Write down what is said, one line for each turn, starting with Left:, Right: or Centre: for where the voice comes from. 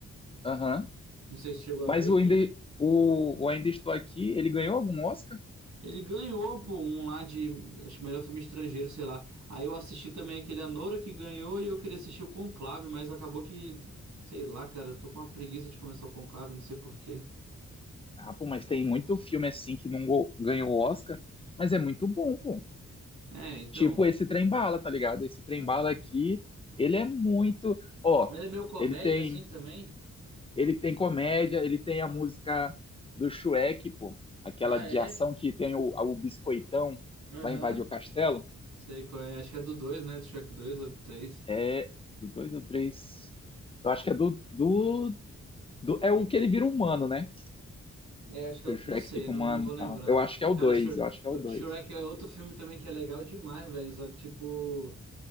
Left: Aham.
Right: Não sei se chegou
Left: Mas
Right: a ver
Left: o
Right: que.
Left: ainda, o, o Ainda Estou Aqui, ele ganhou algum Oscar?
Right: Ele ganhou, pô, um lá de. Acho que melhor filme estrangeiro, sei lá. Aí eu assisti também aquele Anora que ganhou e eu queria assistir o Conclave, mas acabou que. Sei lá, cara, eu tô com uma preguiça de começar o Conclave, não sei por quê.
Left: Ah, pô, mas tem muito filme assim que não go- ganhou o Oscar, mas é muito bom, pô.
Right: É, então.
Left: Tipo esse Trem Bala, tá ligado? Esse Trem
Right: Aham.
Left: Bala aqui, ele é muito, ó,
Right: Mas ele é meio comédia
Left: ele tem,
Right: assim também?
Left: ele tem comédia, ele tem a música do Shrek, pô, aquela
Right: Ah,
Left: de
Right: é?
Left: ação que tem o, o biscoitão
Right: Aham.
Left: vai invadir o castelo,
Right: Sei qual é. Acho que é do dois né? Do Shrek dois ou do três
Left: é do dois, ou três. Eu acho que é do, do, do é o que ele vira humano, né?
Right: É, acho que
Left: Que
Right: é o...
Left: o Shrek
Right: Não sei,
Left: fica
Right: não,
Left: humano,
Right: não vou
Left: e
Right: lembrar.
Left: tal. Eu acho que é o
Right: Cara,
Left: 2.
Right: Shr...
Left: eu acho que é o dois.
Right: Shrek é outro filme também que é legal demais, velho. Só que, tipo,